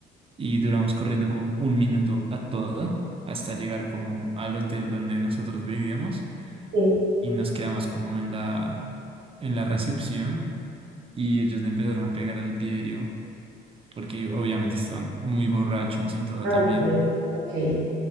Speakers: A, on the right (about 30°); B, on the right (about 85°).
A: Y duramos corriendo como un minuto a toda hasta llegar como al hotel donde nosotros vivíamos.
B: sí.
A: Y nos quedamos como en la, en la recepción y ellos le empezaron a pegar al vidrio porque obviamente estaban muy borrachos y todo
B: Ah,
A: también.
B: ok, ok.